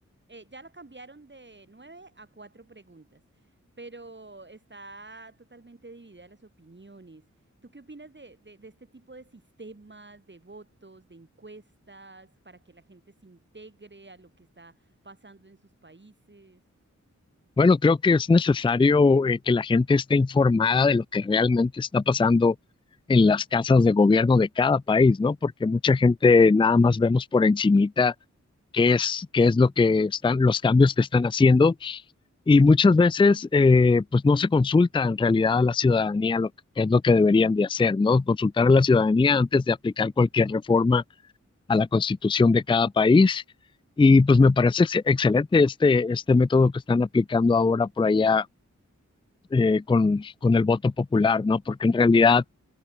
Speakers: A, on the right; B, on the left.
A: eh, ya lo cambiaron de nueve a cuatro preguntas, pero está totalmente dividida las opiniones. ¿Tú qué opinas de, de de este tipo de sistemas, de votos, de encuestas, para que la gente se integre a lo que está pasando en sus países?
B: Bueno, creo que es necesario eh, que la gente esté informada de lo que realmente está pasando en las casas de gobierno de cada país, ¿no? Porque mucha gente nada más vemos por encimita qué es, qué es lo que están, los cambios que están haciendo y muchas veces eh, pues no se consulta en realidad a la ciudadanía lo que es lo que deberían de hacer, ¿no? Consultar a la ciudadanía antes de aplicar cualquier reforma a la constitución de cada país. Y pues me parece ex- excelente este, este método que están aplicando ahora por allá eh, con, con el voto popular, ¿no? Porque en realidad